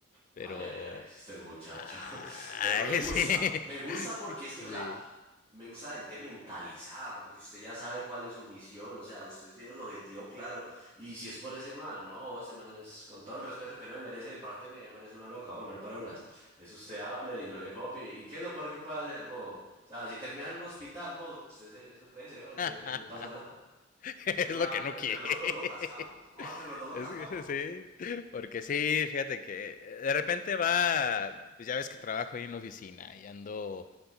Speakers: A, on the left; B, on the right.
A: Pero.
B: Ay, ay, ay, este muchacho.
A: Ay,
B: <laughs> Pero me gusta,
A: <laughs> sí.
B: me gusta
A: <laughs>
B: porque es que,
A: Sí.
B: o sea, me gusta la gente mentalizada, como que usted ya sabe cuál es su misión, o sea, usted tiene su objetivo claro. Y si es por ese man, no, ese man es, con todo el respeto que no me merece de parte mía, ese man es una loca, oh, no le pare bolas. Es usted hable y no le copie. ¿Y qué es lo peor que puede hacer, vos? O sea, si termina en un hospital, vos, usted se- eso crece, oh, entonces
A: <laughs>
B: no, le pasa nada.
A: Es
B: Ese
A: lo
B: man,
A: que no
B: entre
A: quiere.
B: los dos lo cascamos. No, entre los dos lo
A: Es
B: cascamos.
A: que <laughs> sí, porque sí, fíjate que eh, de repente va, pues ya ves que trabajo ahí en la oficina y ando,